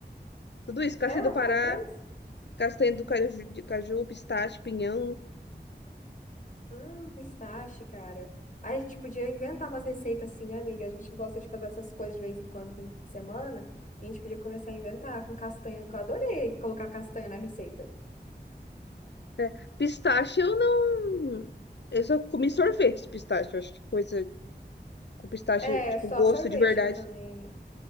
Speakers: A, on the left; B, on the left.
A: Tudo isso, castanha
B: É,
A: do
B: ômega
A: Pará,
B: 3.
A: castanha do caju, de caju, pistache, pinhão,
B: Hum, pistache, cara. Aí a gente podia inventar umas receitas assim, né, amiga? A gente gosta de fazer essas coisas de vez em quando, fim de semana. E a gente podia começar a inventar com castanha, que eu adorei colocar castanha na receita.
A: né? Pistache eu não... Eu só comi sorvete de pistache, eu acho que coisa com pistache,
B: É,
A: tipo,
B: só
A: gosto
B: sorvete
A: de verdade.
B: que eu também.